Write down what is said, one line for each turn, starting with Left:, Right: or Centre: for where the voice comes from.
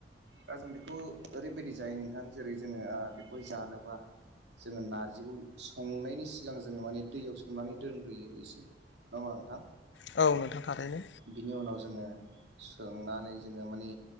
Right: दा जों बेखौ ओरैबायदि जायो नोंथां जेरै जोङो बेखौहाय जानोबा जोङो नारजिखौ संनायनि सिगां जोङो माने दैयाव सोमनानै दोनग्रोयो एसे नंआ होनबा नोंथां?
Left: औ नोंथां थारैनो
Right: बिनि उनाव जोङो सोमनानै जोङो माने